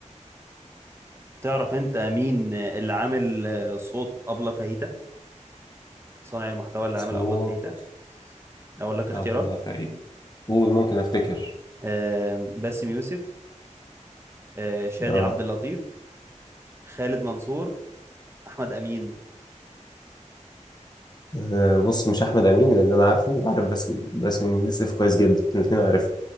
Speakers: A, on the right; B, on the left.
A: تعرف انت مين اللي عامل آه، صوت أبلة فاهيتا صانع المحتوى اللي عامل
B: صوت
A: أبلة فاهيتا اقول لك اختيارات
B: أبلة فقير قول ممكن افتكر
A: آم، باسم يوسف آه، شادي
B: اه
A: عبد اللطيف خالد منصور احمد امين
B: آه، بص مش احمد امين لان انا عارفه وعارف باسم باسم يوسف كويس جدا الاثنين عارفه